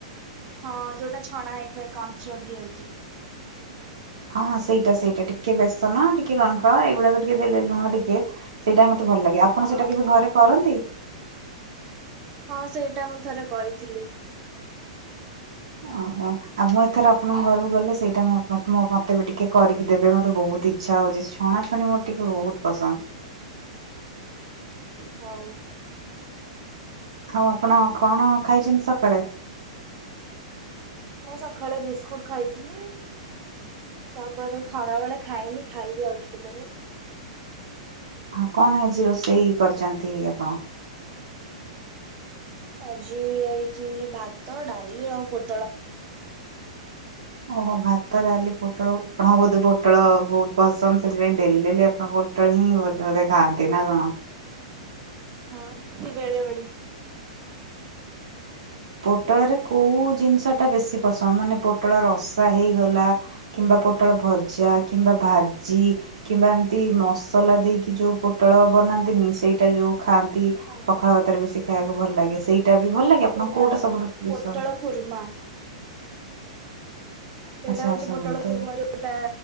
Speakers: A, on the right (about 35°); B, on the right (about 75°).
A: ହଁ ଯୋଉଟା ଛଣା ହେଇଥାଏ କମସୋର ଦି ହେଇକି
B: ହଁଁ ସେଇଟା ସେଇଟା ଟିକେ ବ୍ୟସ୍ତ ନ ଟିକେ ଗନ୍ଧ ଏଇଗୁଡାକ ଟିକେ ଦେଲେ ନୁହଁ ଟିକେ ସେଇଟାମ ତେ ଭଲ ଲାଗେ ଆପଣ
A: ହଁ।
B: ସେଇଟା କେବେ ଘରେ କରନ୍ତି।
A: ହଁ ସେଇଟା ମୁଁ ଥରେ କରିଥିଲି।
B: ଓହୋ ଆଉ ମୁଁ ଏଥର ଆପଣଙ୍କ ଘରକୁ ଗଲେ ସେଇଟା ମତେ ବି ଟିକେ କରିକି ଦେବେ ମତେ ବହୁତ ଇଚ୍ଛା ହଉଛି ଛୁଣା ଛୁଣି ମୋର ଟିକେ ବହୁତ ପସନ୍ଦ
A: ହଉ
B: ଆଉ ଆପଣ କଣ ଖାଇଛନ୍ତି ସକାଳେ
A: ମୁଁ ସକାଳେ ବିସ୍କୁଟ ଖାଇଥିଲି ତାପରେ ଖରା ବେଳେ ଖାଇନି ଖାଇବି ଆଉ ଟିକେ ପରେ
B: ଆଉ କଣ ହେଇଛି ରୋଷେଇ କରିଛନ୍ତି ଆପଣ
A: ଆଜି ହେଇଛି ଭାତ ଡାଲି ଆଉ ପୋଟଳ
B: ଓହୋ ଭାତ ଡାଲି ପୋଟଳ ଆପଣଙ୍କ ବୋଧେ ପୋଟଳ ବହୁତ ପସନ୍ଦ ସେଥିପାଇଁ ଡେଲି ଡେ ଆପଣ ପୋଟଳ ହିଁ ବଧ ବୋଧେ ଖାଆନ୍ତି ନା କଣ?
A: ହଁ ଏଇି ବେଳେ ବେଳେ
B: ପୋଟଳରେ କୋଉ ଜିନିଷ ଟା ବେଶୀ ପସନ୍ଦ ମାନେ ପୋଟଳ ରସା ହେଇଗଲା କିମ୍ବା ପୋଟଳ ଭଜା କିମ୍ବା ଭାଜି କିମ୍ବା ଏମିତି ମସଲା ଦେଇକି ଯୋଉ ପୋଟଳ ବନାନ୍ତିନି ସେଇଟା ଯୋଉ ଖାଆନ୍ତି
A: ହଁ
B: ପଖଳ ବାତରେ ବେଶୀ ଖାଇବାକୁ ଭଲ ଲାଗେ ସେଇଟା ବି ଭଲ ଲାଗେ
A: ସେଇଟା
B: ଆପଣଙ୍କୁ କୋଉଟା ସବୁଠୁ ପସନ୍ଦ?
A: ପୋଟଳ ପୁର୍ମା ସେଇଟା
B: ଆଚ୍ଛା
A: ହଉଛି
B: ଆଚ୍ଛା
A: ପୋଟଳ
B: ମୁଁ ତ
A: କୁର୍ମ ଯୋଉଟା